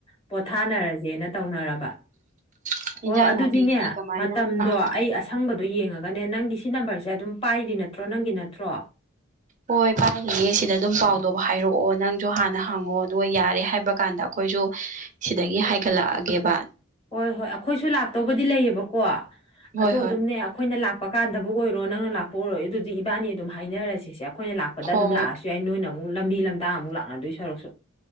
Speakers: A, on the left; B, on the right.
A: ꯄꯣꯊꯥꯅꯔꯁꯦꯅ ꯇꯧꯅꯔꯕ
B: ꯎꯝ
A: ꯑꯣ
B: ꯏꯟꯖꯥꯡ
A: ꯑꯗꯨꯗꯤꯅꯦ
B: ꯅꯥꯄꯤꯒꯗꯤ ꯀꯃꯥꯏꯅ
A: ꯃꯇꯝꯗꯣ
B: ꯑꯥ
A: ꯑꯩ ꯑ ꯁꯪꯕꯗꯣ ꯌꯦꯡꯉꯒꯅꯦ ꯅꯪꯒꯤ ꯁꯤ ꯅꯝꯕꯔꯁꯦ ꯑꯗꯨꯝ ꯄꯥꯏꯔꯤ ꯅꯠꯇ꯭ꯔꯣ ꯅꯪꯒꯤ ꯅꯠꯇ꯭ꯔꯣ
B: ꯍꯣꯏ ꯄꯥꯏꯔꯤꯌꯦ ꯁꯤꯗ
A: ꯑꯣ
B: ꯗꯨꯝ ꯄꯥꯎꯗꯣ ꯍꯥꯏꯔꯛꯑꯣ ꯅꯪ ꯗꯣ ꯍꯥꯟꯅ ꯍꯪꯉꯣ ꯑꯗꯨꯒ ꯌꯥꯔꯦ ꯍꯥꯏꯕ ꯀꯥꯟꯗ ꯑꯈꯣꯏꯁꯨ ꯁꯤꯗꯒꯤ ꯍꯥꯏꯒꯠꯂꯛꯑꯒꯦꯕ
A: ꯍꯣꯏ ꯍꯣꯏ ꯑꯈꯣꯏꯁꯨ ꯂꯥꯛꯇꯧꯕꯗꯤ ꯂꯩꯌꯦꯕꯀꯣ
B: ꯍꯣꯏ
A: ꯑꯗꯣ
B: ꯍꯣꯏ
A: ꯑꯗꯨꯝꯅꯦ ꯑꯈꯣꯏꯅ ꯂꯥꯛ ꯄ ꯀꯥꯟꯗꯕꯨ ꯑꯣꯏꯔꯣ ꯅꯪꯅ ꯂꯥꯛꯄ ꯑꯣꯏꯔꯣ ꯑꯗꯨꯗꯤ ꯏꯕꯥꯅꯤ ꯑꯗꯨꯝ ꯍꯥꯏꯅꯔꯁꯤꯁꯦ ꯑꯩꯈꯣꯏꯅ ꯂꯥꯛꯄꯗ
B: ꯍꯣꯏ
A: ꯑꯗꯨꯝ ꯂꯥꯛꯑꯁꯨ
B: ꯍꯣꯏ
A: ꯌꯥꯏ ꯅꯣꯏꯅ ꯑꯃꯨꯛ ꯂꯝꯕꯤ ꯂꯝꯇꯥ ꯑꯃꯨꯛ ꯂꯥꯛꯅꯗꯣꯏ ꯁꯔꯨꯛꯁꯨ